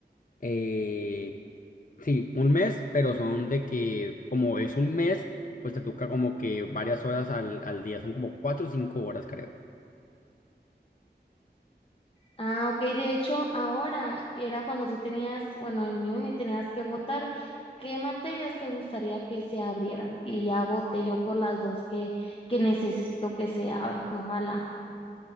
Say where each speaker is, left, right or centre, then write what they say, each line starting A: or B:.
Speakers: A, on the left; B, on the left.
A: eh, sí, un mes, pero son de que como es un mes, pues te toca como que varias horas al, al día, son como cuatro o cinco horas, creo.
B: Ah, ok. De hecho, ahora era cuando tú tenías, bueno, en mi uni tenías que votar qué materias te gustaría que se abrieran. Y ya voté yo por las dos que, que necesito que se abran. Ojalá.